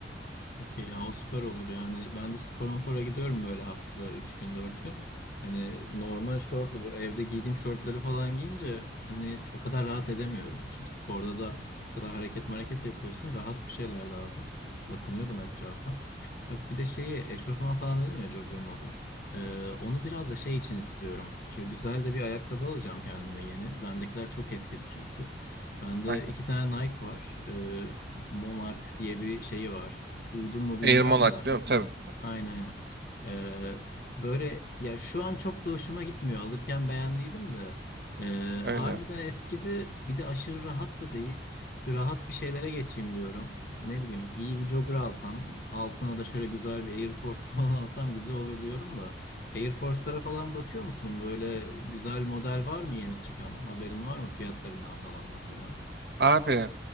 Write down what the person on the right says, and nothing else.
Aynen.
Air Monarch
biliyorum tabii.
Öyle.
Abi